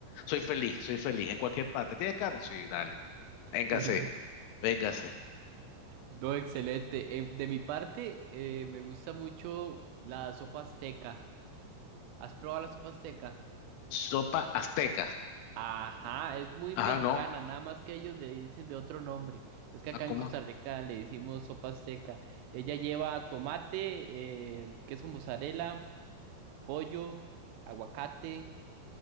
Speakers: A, on the left; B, on the right.
A: Soy feliz, soy feliz en cualquier parte. ¿Tienes carne? Sí, dale.
B: <laughs>
A: Véngase, véngase.
B: No, excelente. Eh, de mi parte, eh, me gusta mucho la sopa azteca. ¿Has probado la sopa seca?
A: Sopa azteca.
B: Ajá, es muy
A: Ajá,
B: mexicana,
A: no.
B: nada más que ellos le dicen de otro nombre. Es que
A: Ah,
B: acá
A: ¿cómo?
B: en Costa Rica le decimos sopa seca. Ella lleva tomate, eh, queso mozzarella, pollo, aguacate